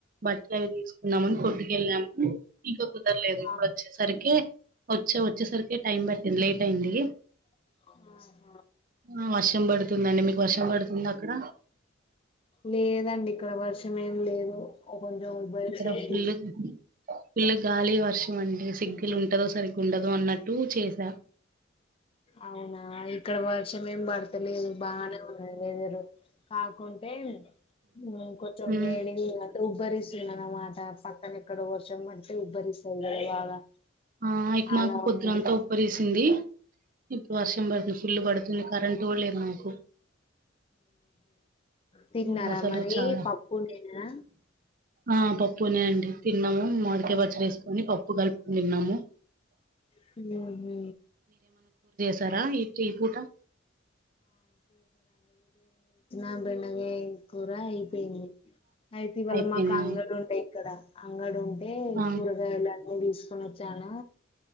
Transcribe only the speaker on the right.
బట్టలు అవి తీసుకున్నామని కొట్టుకి వేళ్ళాము ఇంకా కుదరలేదు ఇప్పుడు
వచ్చేసరికి వచ్చే వచ్చేసరికి కే టైమ్ పట్టింది లేట్ అయింది
ఆ వర్షం పడుతు తుందండి మీకు వర్షం పడుతుందా అక్కడ
ఇక్కడ ఫుల్ ఫుల్ గాలి వర్షం అండి సిగ్గుల్ ఉంటదో సరిగ్ ఉండదు అన్నట్టు చేసా
ఉమ్
ఆ ఇక్
మాకు పొద్దున్నత
పరిసింది ఇప్పుడు వర్షం పడుతుంది ఫుల్లు పడుతుంది కరెంట్ కూడా లేదు మాకు
హ్మ్. అసలు
చాలా
ఆ పప్పునే అండి తిన్నాము మడికాయ పచ్చడి వేసుకొని పప్పు కలుపుకో నిన్నాము
సరా నీటి ఈ పూట
అయిపోయిందా
ఆ